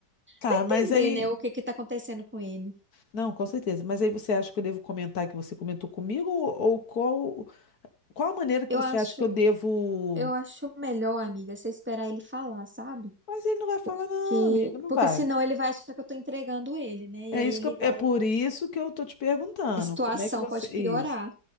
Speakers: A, on the left; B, in the centre.
A: Tá,
B: vai entender,
A: mas aí,
B: né, o que que tá acontecendo com ele.
A: não, com certeza. Mas aí você acha que eu devo comentar que você comentou comigo ou ou qual Qual a maneira que
B: Eu
A: você
B: acho,
A: acha que eu devo?
B: eu acho melhor, amiga, você esperar ele falar, sabe?
A: Mas ele não vai falar, não,
B: Que,
A: amiga, não
B: porque
A: vai.
B: senão ele vai achar que eu tô entregando ele, né?
A: É
B: E aí
A: isso
B: ele
A: que eu-
B: vai,
A: é por isso que eu tô te perguntando.
B: a situação
A: Como é que você.
B: pode
A: Isso.
B: piorar.